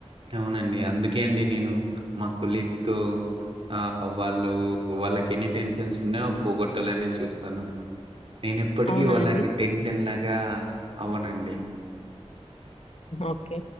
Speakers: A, on the right; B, on the left.
A: అవునండి అందుక్ ఓకే అండి నేను మా కొలీగ్స్ తో ఆ వాళ్ళు వాళ్ళకి ఎన్ని టెన్షన్స్ ఉన్నాయోఅవి పోగొట్టాలనె చూస్తాను నేన ఎప్పటికీ
B: అవునా
A: వాళ్ళకి
B: అండి?
A: టెన్షన్ లా గా అవునండి
B: ఓకే